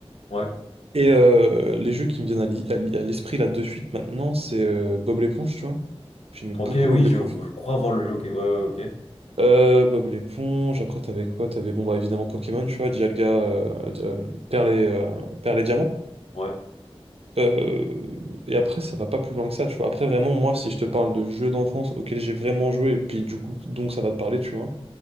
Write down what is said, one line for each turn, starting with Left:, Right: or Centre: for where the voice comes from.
Left: Ouais.
Right: Et euh, les jeux qui me viennent à l'i- à l'i- à l'esprit là de suite maintenant, c'est euh, Bob l'éponge, tu vois. J'aimais beaucoup
Left: Ok,
Right: Bob
Left: oui,
Right: l'éponge.
Left: je, je crois avoir le jeu, ok, ouais, ouais, ok.
Right: Euh, Bob l'éponge, après t'avais quoi? T'avais bon bah évidemment Pokémon, tu vois, Dialga euh, d- euh, Perle et, euh, Perle et Diamant.
Left: Ouais,
Right: Euh, et après ça va pas plus loin que ça, tu vois. Après vraiment moi si je te parle de jeux d'enfance auxquels j'ai vraiment joué, et puis du coup donc ça va te parler, tu vois.